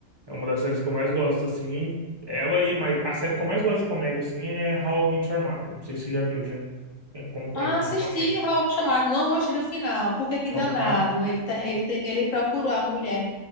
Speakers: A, on the right (about 25°); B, on the left (about 65°).
A: é uma das séries que eu mais gosto, assim. Ela e mas a série que eu mais gosto de comédia, assim, é How I Met Your Mother. Não sei se você já viu já. É Como conhecer
B: Ah, assisti
A: sua mãe
B: Rob Chamado, não gostei do final, porque que
A: ao
B: danado.
A: final.
B: Ele, tá ele, te- ele procurou a mulher